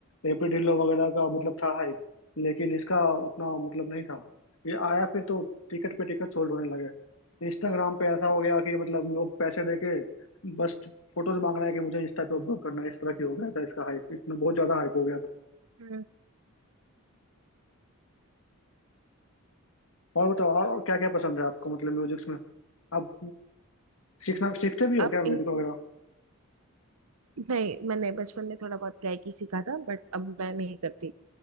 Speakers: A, on the left; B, on the right.
A: एपी ढिल्लो वगैरह का मतलब था हाइप लेकिन इसका उतना मतलब नहीं था ये आया फिर तो टिकट पे टिकट सोल्ड होने लगे इंस्टाग्राम पे ऐसा हो गया कि मतलब लोग पैसे दे के बस फोटोज मांग रहे हैं कि मुझे इंस्टा पे अपलोड करना है इस तरह की हो गया था इसका हाइप इसमें बहुत ज्यादा हाइप हो गया था
B: हम्म,
A: और बताओ और क्या क्या पसंद है आपको मतलब म्यूजिक्स में आप सीखना सीखते भी हो
B: आप
A: क्या म्यूजिक
B: इन...
A: वगैरह
B: नहीं मैंने बचपन में थोड़ा बहुत गायकी सीखा था बट अब मैं नहीं करती